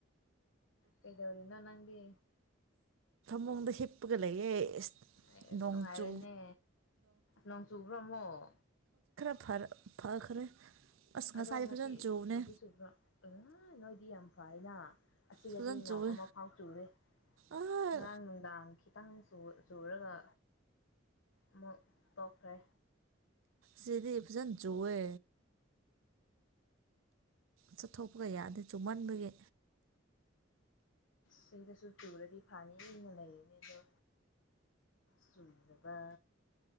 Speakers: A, on the left (about 80°); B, on the right (about 85°).
A: ꯀꯩꯗꯧꯔꯤꯅꯣ ꯅꯪꯗꯤ꯫
B: ꯐꯃꯨꯡꯗ ꯍꯤꯞꯄꯒ ꯂꯩꯌꯦ꯫
A: ꯑꯥꯏꯁ
B: ꯅꯣꯡ
A: ꯅꯨꯡꯉꯥꯏꯔꯦꯅꯦ
B: ꯆꯨ
A: ꯅꯣꯡ ꯆꯨꯕꯔꯣ ꯑꯃꯨꯛ꯫
B: ꯐꯔꯞ ꯐꯈ꯭ꯔꯦ꯫ ꯑꯁ ꯉꯁꯥꯏꯗꯤ
A: ꯑꯗꯣ ꯉꯁꯤ
B: ꯐꯖꯅ
A: <unintelligible>
B: ꯆꯨꯕꯅꯦ
A: ꯆꯨꯕꯔꯣ ꯅꯣꯏꯗꯤ ꯌꯥꯝ ꯐꯩꯅ꯫ ꯑꯁꯤꯗꯗꯤ
B: ꯐꯖꯅ
A: ꯅꯣꯡ
B: ꯆꯨꯋꯦ
A: ꯑꯃ ꯐꯥꯎ ꯆꯨꯗꯦ
B: ꯑꯥ
A: ꯉꯔꯥꯡ ꯅꯨꯡꯗꯥꯡ ꯈꯤ ꯈꯤꯇꯪ ꯆꯨ ꯆꯨꯔꯒ ꯑꯃꯨꯛ ꯇꯣꯛꯈ꯭ꯔꯦ꯫
B: ꯁꯤꯗꯗꯤ ꯐꯖꯅ ꯆꯨꯋꯦ꯫ ꯆꯠꯊꯣꯛꯄꯒ ꯌꯥꯗꯦ ꯆꯨꯃꯟꯕꯒꯤ꯫
A: ꯁꯤꯗꯁꯨ ꯆꯨꯔꯗꯤ ꯐꯅꯤꯅ ꯂꯩꯔꯤꯅꯤ ꯑꯗꯣ ꯆꯨꯗꯕ꯫